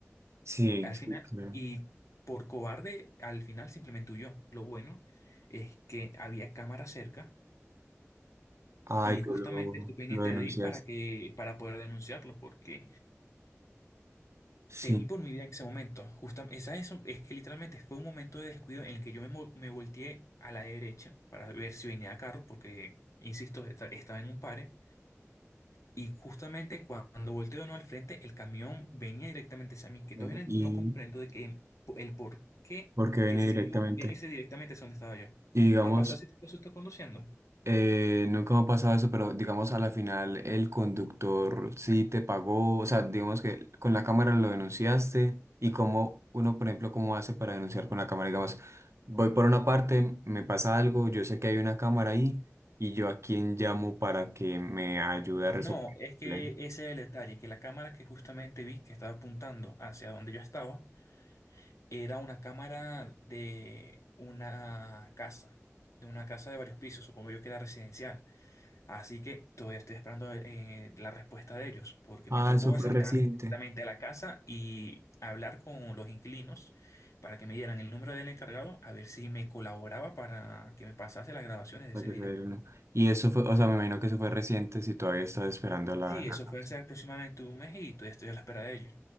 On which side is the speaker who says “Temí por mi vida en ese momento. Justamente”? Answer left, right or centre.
Left